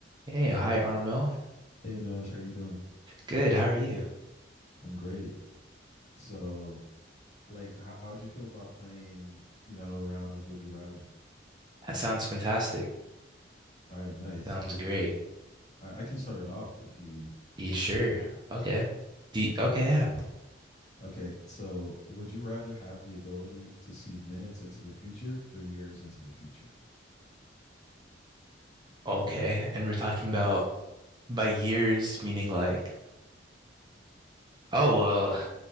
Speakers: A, on the right; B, on the left.
A: Hey, hi, Armel.
B: Hey, Anosh, how are you doing?
A: Good, how are you?
B: I'm great. So, like, how, how'd you feel about playing, you know, a round of Would You Rather?
A: That sounds fantastic.
B: All right, nice.
A: Sounds great.
B: I, I can start it off if you.
A: You sure? Okay. D okay, yeah.
B: Okay, so would you rather have the ability to see minutes into the future or years into the future?
A: Okay, and we're talking about by years, meaning like, oh well,